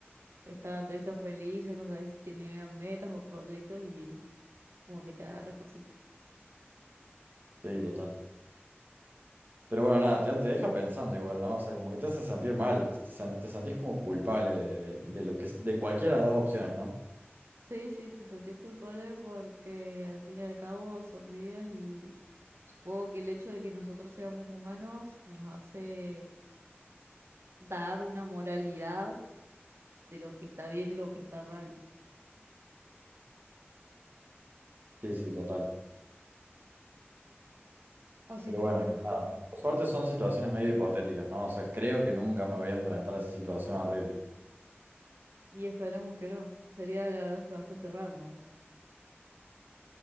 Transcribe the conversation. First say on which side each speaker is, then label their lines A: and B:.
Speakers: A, on the right (about 70°); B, on the right (about 45°).
A: Estaban tristes o felices, no sabes si tenían metas o proyectos y como que te agarra cosita.
B: Sí, total. Pero bueno, nada, te, te deja pensando igual, ¿no? O sea, como que te hace sentir mal, te, sen- te sentís como culpable de, de- de lo que, es- de cualquiera de las dos opciones, ¿no?
A: Sí, sí, te sentís culpable porque al fin y al cabo son vidas y supongo que el hecho de que nosotros seamos humanos nos hace dar una moralidad de lo que está bien y lo que está mal.
B: Sí, sí, total.
A: Así
B: Pero
A: que
B: bueno,
A: bueno,
B: nada. Por suerte son situaciones medio hipotéticas, ¿no? O sea, creo que nunca me voy a enfrentar a esa situación horrible.
A: y esperemos que no. Sería la verdad es que bastante random.